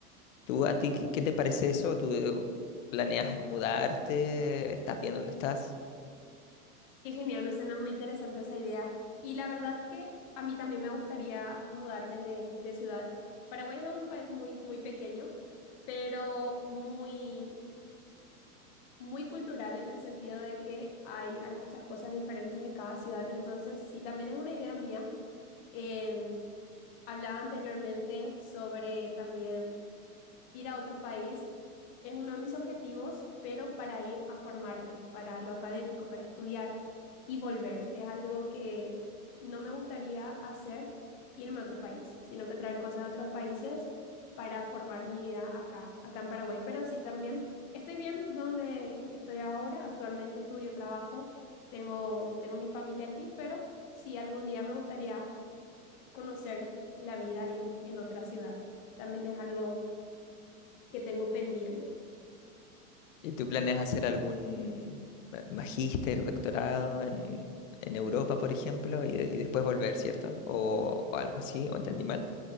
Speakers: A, on the left; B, on the left.
A: ¿Tú a ti qué, qué te parece eso? ¿Tú planeas mudarte? ¿Estás bien donde estás?
B: Qué genial, me suena muy interesante esa idea. Y la verdad que a mí también me gustaría mudarme de, de ciudad. Paraguay es un país muy, muy pequeño, pero muy muy cultural en el sentido de que hay, hay muchas cosas diferentes en cada ciudad, entonces sí, también es una idea mía. En- hablaba anteriormente sobre también ir a otro país es uno de mis objetivos, pero para ir a formarme, para lo académico, para estudiar y volver. Es algo que no me gustaría hacer, irme a otro país, sino que traer cosas de otros países para formar mi vida acá, acá en Paraguay. Pero sí también estoy bien donde estoy ahora. Actualmente estudio, trabajo, tengo, tengo mi familia aquí, pero sí algún día me gustaría conocer la vida en, en otra ciudad. También es algo que tengo pendiente.
A: ¿Y tu plan es hacer algún ma- magíster, doctorado en, en Europa, por ejemplo, y, de- y después volver, ¿cierto? O, o algo así, ¿o entendí mal?